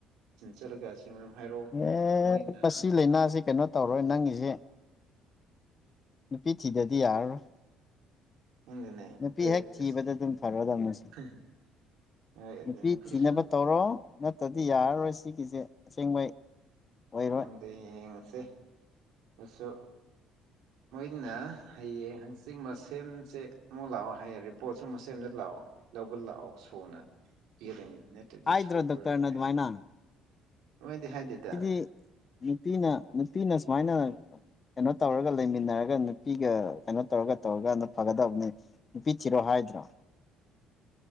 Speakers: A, on the right (about 85°); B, on the left (about 30°).
A: ꯆꯠꯂꯒ ꯃꯔꯝ ꯍꯥꯏꯔꯛꯑꯣ
B: ꯑꯦ
A: ꯃꯣꯏꯅ
B: ꯃꯁꯤ ꯂꯥꯏꯅꯥꯁꯤ ꯀꯩꯅꯣ ꯇꯧꯔꯣꯏ ꯅꯪꯒꯤꯁꯦ ꯅꯨꯄꯤ ꯊꯤꯗ꯭ꯔꯗꯤ ꯌꯥꯔꯔꯣꯏ
A: ꯈꯪꯗꯦꯅꯦ
B: ꯅꯨꯄꯤ
A: ꯍꯣꯏ
B: ꯍꯦꯛ ꯊꯤꯕꯗ
A: ꯑꯁꯤ
B: ꯑꯗꯨꯝ ꯐꯔꯗꯧꯅꯦ
A: <unintelligible> ꯍꯣꯏ ꯑꯗꯨ
B: ꯅꯨꯄꯤ
A: ꯅꯨꯄꯤꯁꯨ
B: ꯊꯤꯅꯕ ꯇꯧꯔꯣ ꯅꯠꯇ꯭ꯔꯗꯤ ꯌꯥꯔꯔꯣꯏ ꯁꯤꯒꯤꯁꯦ ꯑꯁꯦꯡꯕꯩ ꯑꯣꯏꯔꯣꯏ
A: ꯑꯗꯤ ꯌꯦꯡꯉꯁꯨ ꯑꯩꯁꯨ ꯃꯣꯏꯅ ꯍꯌꯦꯡ ꯍꯪꯆꯤꯠ ꯃꯁꯦꯝꯁꯦ ꯑꯃꯨꯛ ꯂꯥꯛꯑꯣ ꯍꯥꯏꯌꯦꯡ ꯔꯤꯄꯣꯠꯁꯨ ꯃꯁꯦꯝꯁꯦ ꯂꯥꯛꯑꯣ ꯂꯧꯕ ꯂꯥꯛꯎ ꯁꯨꯅ ꯄꯤꯔꯅꯤ ꯅꯠꯇ꯭ꯔꯗꯤ
B: ꯍꯥꯏꯗ꯭ꯔꯣ
A: ꯁꯨꯔꯔꯣꯏ
B: ꯗꯣꯛꯇꯔꯅ
A: ꯍꯥꯏ
B: ꯑꯗꯨꯃꯥꯏꯅ
A: ꯅꯣꯏꯗꯤ ꯍꯥꯏꯗꯦꯗ
B: ꯁꯤꯗꯤ ꯅꯨꯄꯤꯅ ꯅꯨꯄꯤꯅ ꯁꯨꯃꯥꯏꯅ ꯀꯩꯅꯣ ꯇꯧꯔꯒ ꯂꯩꯃꯤꯟꯅꯔꯒ ꯅꯨꯄꯤꯒ ꯀꯩꯅꯣ ꯇꯧꯔꯒ ꯇꯧꯔꯒ ꯐꯒꯗꯕꯅꯦ ꯅꯨꯄꯤ ꯊꯤꯔꯣ ꯍꯥꯏ ꯍꯥꯏꯗ꯭ꯔꯥ